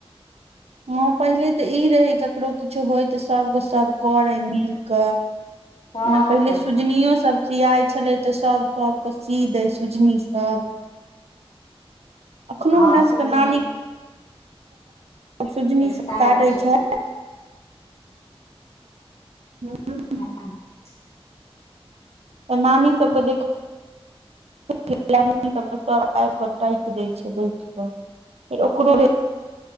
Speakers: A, on the right; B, on the left.
A: हँ पहिले तऽ ई रहै ककरो किछो होय तऽ सभ के सभ करै मिल कऽ
B: सब
A: जेना पहिले
B: के
A: सुजनियो सब सिियााय छले ते सब सबके सी दे सुजनी सब अखनो
B: हँ
A: हमरा सब
B: सुजनी
A: के नानी सजनी
B: साइड
A: साटे
B: के
A: छै तऽ
B: ह
A: तऽ नानी सबके देख सबके स आब कऽ टाकि दै छै बैठ कऽ ओकर